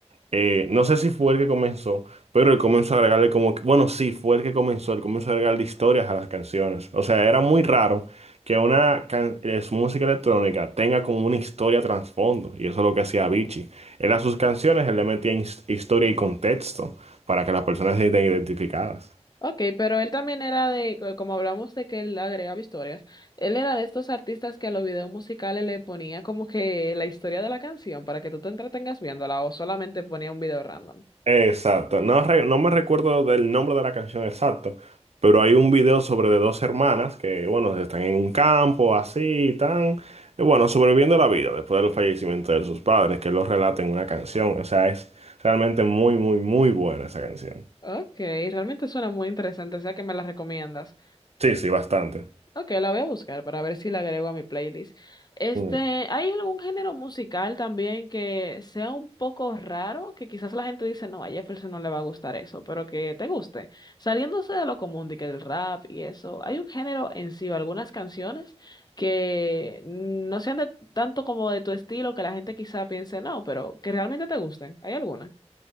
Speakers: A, on the right; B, on the left.
A: eh, no sé si fue el que comenzó, pero él comenzó a agregarle como, que- bueno, sí, fue el que comenzó, él comenzó a agregarle historias a las canciones. O sea, era muy raro que una can- eh, su música electrónica tenga como una historia trasfondo, y eso es lo que hacía Avicii. Él a sus canciones, él le metía his- historia y contexto para que las personas se sientan identificadas.
B: Ok, pero él también era de, co- como hablamos de que él agregaba historias, él era de estos artistas que a los videos musicales le ponía como que la historia de la canción para que tú te entretengas viéndola o solamente ponía un video random.
A: Exacto, no, re- no me recuerdo del nombre de la canción exacto, pero hay un video sobre de dos hermanas que, bueno, están en un campo así y tan, y bueno, sobreviviendo la vida después del fallecimiento de sus padres, que lo relata en una canción, o sea, es realmente muy, muy, muy buena esa canción.
B: Ok, realmente suena muy interesante, o sea que me la recomiendas.
A: Sí, sí, bastante.
B: Ok, la voy a buscar para ver si la agrego a mi playlist. Este,
A: Mm.
B: ¿hay algún género musical también que sea un poco raro? Que quizás la gente dice, no, a Jefferson no le va a gustar eso, pero que te guste. Saliéndose de lo común, de que el rap y eso, ¿hay un género en sí o algunas canciones que no sean de, tanto como de tu estilo que la gente quizá piense, no, pero que realmente te gusten? ¿Hay alguna?